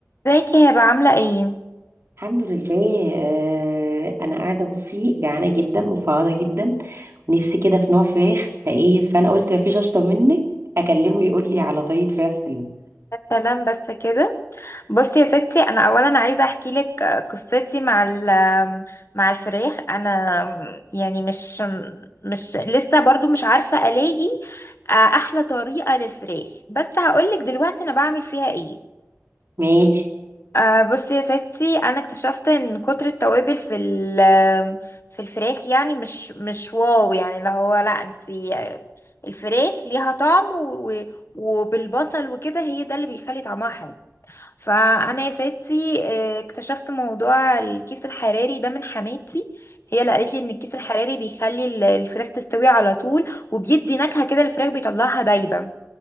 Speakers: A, on the left; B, on the right.
A: ازيك يا هبه عامله ايه
B: الحمد لله آه انا قاعده بصي جعانه جدا وفاضه جدا ونفسي كده في نوع فراخ فايه فانا قلت مفيش اشطر منك اكلمه يقول لي على طريقه فراخ حلوه
A: السلام بس كده بصي يا ستي انا اولا عايزه احكي لك قصتي مع ال مع الفراخ انا يعني مش مش لسه برضو مش عارفه الاقي احلى طريقه للفراخ بس هقول لك دلوقتي انا بعمل فيها ايه
B: ماشي
A: أه بصي يا ستي انا اكتشفت ان كتر التوابل في ال- في الفراخ يعني مش مش واو يعني اللي هو لا انتي آه، الفراخ ليها طعم و و- وبالبصل وكده هي ده اللي بيخلي طعمها حلو فانا يا ستي آه، اكتشفت موضوع الكيس الحراري ده من حماتي هي اللي قالت لي ان الكيس الحراري بيخلي ال- الفراخ تستوي على طول وبيدي نكهة كده الفراخ بيطلعها دايبة